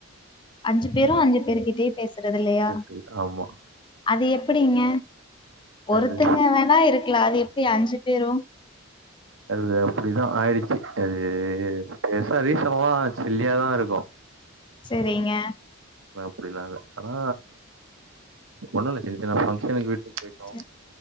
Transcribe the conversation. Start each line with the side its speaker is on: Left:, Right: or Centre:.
Left: அஞ்சு பேரும் அஞ்சு பேர்கிட்டயு பேசுறது இல்லையா,
Right: இருக்குல்ல. ஆமா
Left: அது எப்புடிங்க, ஒருத்தங்க
Right: அது
Left: வேணா இருக்கலா அது எப்டி அஞ்சுப் தேரூ
Right: அது அப்புடிதா ஆயிடுச்சு அ பே ஸ் பேசரிசாப் ப்பாவா சில்லியாதா இருக்கும்
Left: சேரிங்க
Right: இப்புடிதாங்க ஆனா ஒண்ணுல்ல சின்ன சின்ன ஃபங்ஷனுக் விட் டுக் போயிட்டோ
Left: சரி